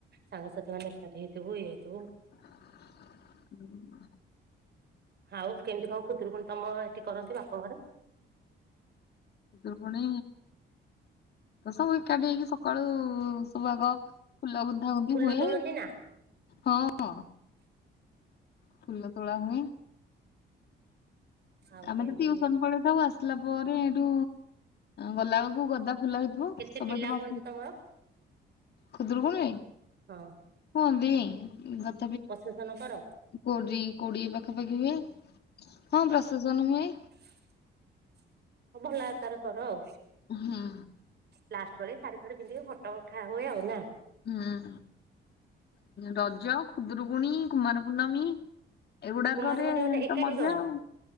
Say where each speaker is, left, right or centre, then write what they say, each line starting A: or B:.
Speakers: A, on the right; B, on the left.
A: ସାଙ୍ଗସାଥି ମାନେ ଏକାଠି ହେଇଥିବୁ ଇଏ ହେଇଥିବୁ।
B: <inaudible>
A: ଆଉ କେମିତି କଣ ଖୁଦରୁକୁଣ ତମ ହେଟି କରନ୍ତି ବାପ ଘରେ?
B: ଖୁଦୁରୁକୁଣୀ ତ ସବୁ ଏକାଠି ହେଇକି ସକାଳୁ ସବୁ ଆଗ ଫୁଲ ଗୁନ୍ଥାଗୁନ୍ଥି
A: ଫୁଲ
B: ହୁଏ,
A: ତୋଳନ୍ତି ନା
B: ହଁ ଫୁଲ ତୋଳା ହୁଏ
A: ଆଉ
B: ଆମେ
A: କେମିତି
B: ତ ଟିଉସନ ପଳେଇଥାଉ ଆସିଲା ପରେ ହେଇଠୁ ଗଲାବେଳକୁ ଗଦା ଖୁଲା ହେଇଥିବ
A: କେତେ
B: ସବୁ
A: ପିଲା
B: ଏଇଠି
A: ହୁଅନ୍ତି
B: ବ
A: ତମର?
B: ଖୁଦୁରକୁୁଣୀ ଆ ଇ
A: ହଁ।
B: <unintelligible>
A: ପ୍ରଶେସନ କର?
B: କୋଡି କୋଡିଏ ପାଖାପାଖି ହୁଏ, ହଁ, ପ୍ରଶେସନ ହୁଏ।
A: <inaudible> ହଉ ଭଲ ଆ ତାର କର ଆଉ
B: ହୁଁ
A: ଲାଷ୍ଟ ପରେ ଶଢୀ ଫାଢୀ ପିନ୍ଧିବେ ଫଟୋ ଉଠା ହୁଏ, ଆଉ ନା
B: ହୁଁ। ରଜ, ଖୁଦୁରୁକୁୁଣୀ, କୁମାର ପୂର୍ଣ୍ଣମୀ ଏଗୁଡାକରେ
A: କୁମାର ପୁର୍ଣିମା ଟା ଏକାଠି
B: ତ ମଜା
A: କର
B: ଆଉ।